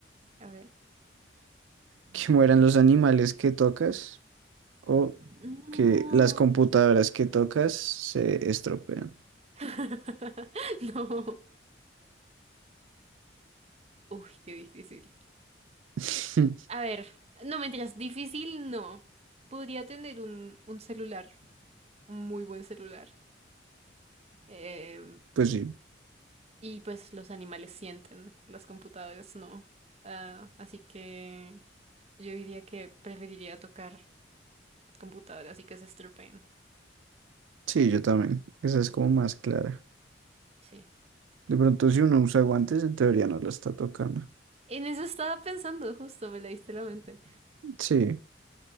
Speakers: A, on the right; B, on the right.
A: a ver.
B: Que mueran los animales que tocas o
A: No.
B: que las computadoras que tocas se estropean.
A: <laughs> no. Uy, qué difícil.
B: <laughs>
A: A ver, no mentiras, difícil no. Podría tener un, un celular, un muy buen celular. Eh,
B: Pues sí,
A: y pues los animales sienten, las computadoras no. Ah, así que yo diría que preferiría tocar computadoras y que se estropean.
B: sí, yo también. Esa es como más clara.
A: Sí.
B: De pronto, si uno usa guantes, en teoría no lo está tocando.
A: En eso estaba pensando, justo me leíste la mente.
B: Sí,